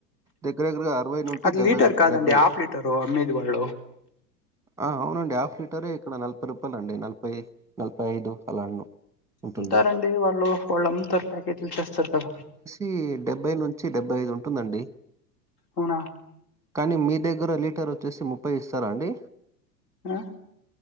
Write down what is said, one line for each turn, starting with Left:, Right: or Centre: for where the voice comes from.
Centre: దగ్గర దగ్గర అరవై నుండి
Left: అది
Centre: డెబ్బై
Left: లీటర్
Centre: రూ
Left: కాదండి
Centre: డెబ్బై.
Left: హాఫ్ లీటరు అమ్మేది వాళ్ళు
Centre: ఆ అవునండి హాఫ్ లీటరే ఇక్కడ నలభై రూపాయలండి నలభై నలభై ఐదు అలా. ఉంటుంది.
Left: ఉంటారండి వాళ్ళు వాళ్ళు అమ్ముతారు ప్యాకెట్లు చేస్తారు కదా.
Centre: ఇ డెబ్బై నుంచి డెబ్బై ఐదు ఉంటుందండి.
Left: అవునా.
Centre: కానీ మీ దగ్గర లీటర్ వచ్చేసి ముప్పై ఇస్తారా అండి.
Left: ఆ